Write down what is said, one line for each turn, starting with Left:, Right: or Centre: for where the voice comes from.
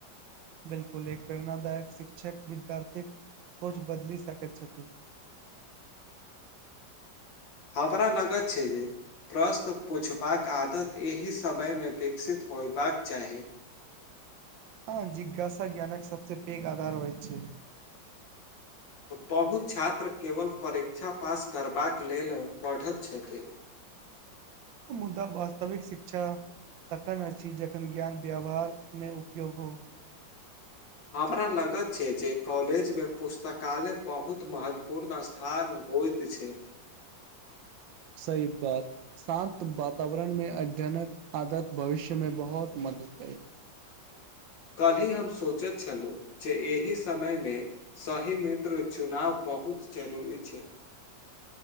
Right: बिलकुल एक प्रेरणादायक शिक्षक विद्यार्थीक सोच बदली सकैत छथि
Left: हमरा लगैत छै जे प्रश्न पुछबाक आदत एहि समयमे विकसित होयबाक चाही
Right: हँ जिज्ञासा ज्ञानक सबसे पैघ आधार होइत छै
Left: बहुत छात्र केवल परीक्षा पास करबाक लेल पढ़ैत छथि <inaudible>
Right: मुद्दा वास्तविक शिक्षा तखन अछि जखन ज्ञान व्यवहारमे उपयोग हो
Left: <inaudible> हमरा लगत छै जे कॉलेजमे पुस्तकालय बहुत महत्वपूर्ण स्थान होइत छै
Right: सही बात शान्त वातावरण मे अध्ययनक आदत भविष्यमे बहुत मह <inaudible>
Left: <inaudible> कल्हि हम सोचैत छलहुँ जे एहि समयमे सही मित्र चुनाव बहुत जरूरी छै